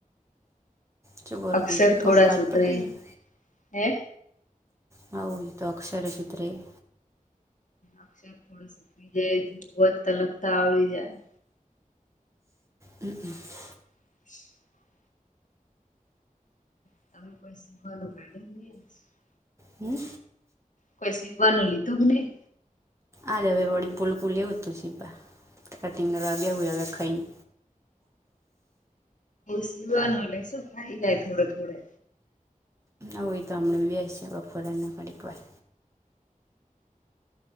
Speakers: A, on the right (about 20°); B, on the left (about 60°).
A: શું કરું
B: અક્ષર
A: બીજું
B: થોડા
A: કોમકાજ
B: સુધરે
A: પતી ગયું
B: હે.
A: હું જો તો અક્ષર ચિતિત.
B: અક્ષર થોડ સુકરી જાય તોવા જ તલકતા આવડી જાય.
A: હમ્મ
B: <inaudible> <unintelligible>
A: હમ્મ
B: કોઈ સીવવાનું લીધું કે નહી.
A: આજ હવે વળી ભૂલકું લેવું હતું સીવા કટિંગ કરવા બેહૂ હવે ખાઈને.
B: સીવાનું એટલે શું થય જાય થોડે થોડે.
A: હોઈ તો હમણાં બેસે બપોરે થોડીક વાર